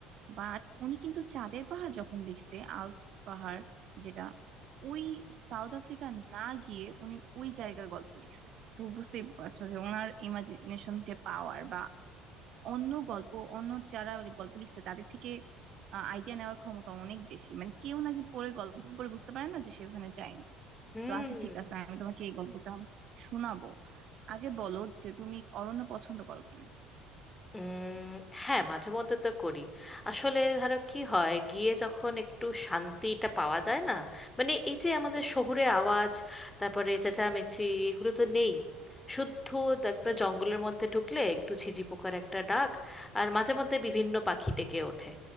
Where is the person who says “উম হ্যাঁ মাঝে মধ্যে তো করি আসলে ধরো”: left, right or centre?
Left